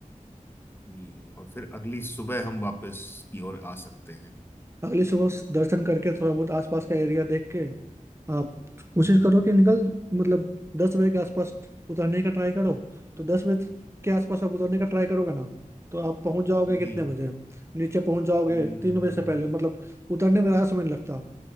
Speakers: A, on the left (about 15°); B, on the right (about 20°).
A: जी और फिर अगली सुबह हम वापस की ओर आ सकते हैं
B: अगली सुबह दर्शन करके थोड़ा बहुत आसपास का एरिया देख के आप कोशिश
A: हम्म
B: करो कि निकल मतलब दस बजे के आसपास उतरने का ट्राई करो तो दस बजे के आसपास आप उतरने का ट्राई करोगे ना तो आप पहुंच जाओगे कितने
A: जी
B: बजे नीचे पहुंच जाओगे
A: हम्म,
B: तीन बजे से पहले मतलब उतरने में ज़्यादा समय नहीं लगता